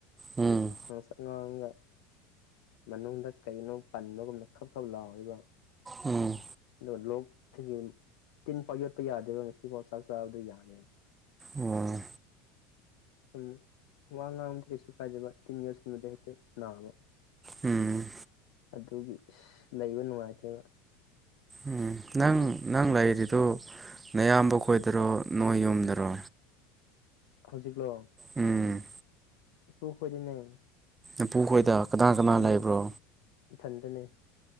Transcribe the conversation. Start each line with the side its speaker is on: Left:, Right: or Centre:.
Right: ꯎꯝꯪ
Left: ꯉꯥꯁꯡ ꯉꯥꯡꯒ ꯃꯅꯨꯡꯗ ꯀꯩꯅꯣ ꯄꯟꯕꯒꯨꯝꯅ ꯈꯕ ꯈꯕ ꯂꯥꯎꯋꯦꯕ꯫
Right: ꯎꯝ
Left: ꯑꯗꯨꯒ ꯂꯣꯛ ꯑꯩꯒꯤ ꯇꯤꯟ ꯐꯥꯎ ꯌꯣꯠꯄ ꯌꯥꯗꯦꯕ ꯉꯁꯤꯐꯥꯎ ꯆꯥꯛ ꯆꯥꯕꯗꯣ ꯌꯥꯅꯤ
Right: ꯑꯣ
Left: ꯁꯨꯝ ꯋꯥ ꯉꯥꯡꯕꯗ ꯀꯩꯁꯨ ꯀꯥꯏꯗꯕ ꯇꯤꯟ ꯌꯧꯁꯤꯟꯕꯗ ꯍꯦꯛꯇ ꯅꯥꯕ꯫
Right: ꯎꯝ
Left: ꯑꯗꯨꯒꯤ ꯂꯩꯕ ꯅꯨꯡꯉꯥꯏꯇꯦꯕ
Right: ꯎꯝ ꯅꯪ ꯅꯪ ꯂꯩꯔꯤꯗꯨ ꯅꯌꯥꯝꯕ ꯈꯣꯏꯗꯔꯣ ꯅꯣꯏ ꯌꯨꯝꯗꯔꯣ
Left: ꯍꯧꯖꯤꯛꯂꯣ
Right: ꯎꯝ
Left: ꯏꯨ ꯈꯣꯏꯗꯅꯦ
Right: ꯝꯐꯨ ꯈꯣꯏꯗ ꯀꯅꯥ ꯀꯅꯥ
Left: ꯎꯝ
Right: ꯂꯩꯕ꯭ꯔꯣ
Left: ꯏꯊꯟꯗꯅꯦ